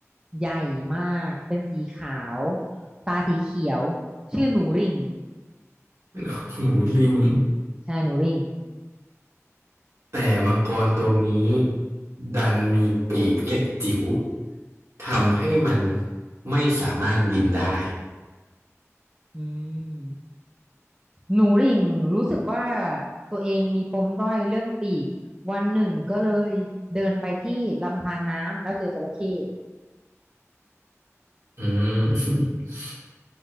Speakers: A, on the right (about 15°); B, on the right (about 65°).
A: ใหญ่มากเป็นสีขาวตาสีเขียวชื่อหนูริ่ง
B: <laughs> หนูลิง
A: ใช่หนูริ่ง
B: แต่มังกรตัวนี้ดันมีปีกเล็กจิ๋วทำให้มันไม่สามารถบินได้
A: อืมหนูริ่งรู้สึกว่าตัวเองมีปมด้อยเรื่องปีก วันหนึ่งก็เลยเดินไปที่ลำธารน้ำแล้วเจอจระเข้
B: อืม <laughs>